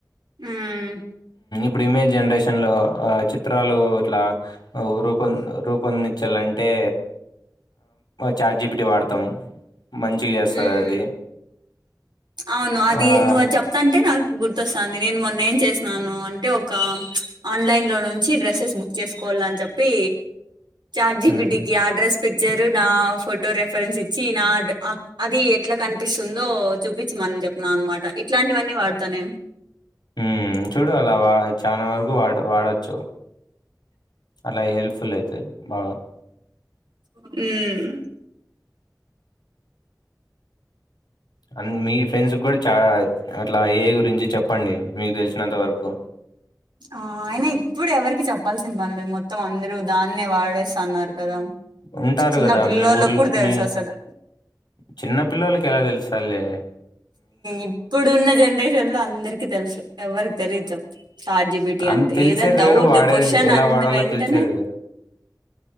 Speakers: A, on the right (about 80°); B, on the left (about 80°).
A: మ్మ్
B: ఇప్పుడు ఇమేజ్ జనరేషన్ లో చిత్రాలు ఇట్లా రూప రూపొందించాలం టే చాట్ జిపిటి ని వాడతాం మంచిగా చేస్తదది.
A: ఉమ్ అవును అది
B: ఆహ్,
A: నువ్వు అది చెప్తాంటే నాకు గుర్ తొస్తాంది నేను మొన్న ఏం చేసిసాను అంటే ఒక ఆలైన్ నుంచి డ్రెసెస్ బుక్ చేసుకోవాలని చెప్పి చాట్ జీపిటి
B: హ్మ్.
A: కి ఆ డ్రస్ పిక్చర్ నా ఫోటో రెఫరెన్స్ ఇచ్చి నా అది ఎట్లా కనిపిస్తుందో చూపించమని చెప్న్నా అన్నమాట ఇట్లాంటివన్నీ వాడతా నేను
B: ఉమ్ చూడు అలా వా చాలా వరకు వాడ వాడచ్చు అలా హెల్ప్ఫుల్ అయితది బాగా
A: ఉమ్
B: అ మీ ఫ్రెండ్స్ కూడా చా అట్లా ఏఐ గురించి చెప్పండి మీకు తెలిసినంత వరకు
A: ఆ అయిన ఇప్పుడు ఎవరికి చెప్పాల్సిన పనిలేదు మొత్తం అందరు దాన్నే వాడేస్తున్నారు కదా
B: ఉంటారు
A: చిన్న
B: కదా
A: పిల్లోలకి
B: మీ ఊర్లో
A: కూడా తెలుస
B: మీ
A: అసలు
B: చిన్న పిల్లోలకి ఎలా తెలుస్తాదిలే
A: ఇప్పుడున్న జనరేషన్ లో అందరికి తెలుసు ఎవరి తెలీద్ చెప్ చాట్ జిపిటి
B: అన్
A: అంటే
B: తెలిసేది
A: ఏదన్ డౌట్
B: వేరు వాడేది
A: క్వశ్చన్
B: ఎలా
A: అన్న
B: వాడాలో
A: వెంటనే
B: తెలిసేది వేరు